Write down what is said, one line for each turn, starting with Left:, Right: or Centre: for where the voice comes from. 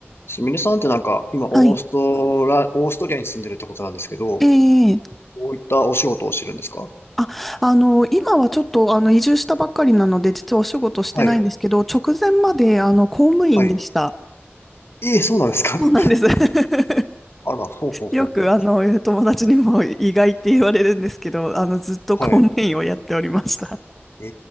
Left: すみれさんってなんか、今、オーストラ、
Centre: はい。
Left: オーストリアに住んでるってことなんですけど、
Centre: ええ
Left: どういったお仕事をしてるんですか
Centre: あ、あの、今はちょっと、あの、移住したばっかりなので、実はお仕事してないんですけど、
Left: はい、
Centre: 直前まで、あの、公務員でした。
Left: はい。ええ、そうなんですか
Centre: そうなんです。<laughs>
Left: <laughs> あら、ほうほうほうほ
Centre: よく、あの、友達にも意外って言われるんですけど、あの、ずっと公務員をやっておりました。
Left: う。はい。え